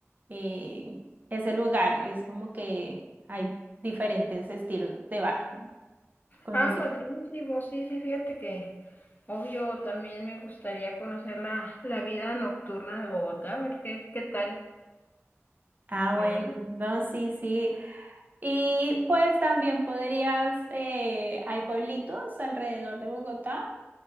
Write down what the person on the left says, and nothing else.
Ah,
padrísimo, sí, sí, fíjate que obvio también me gustaría conocer la, la vida nocturna de Bogotá, a ver qué, qué tal,
¿verdad?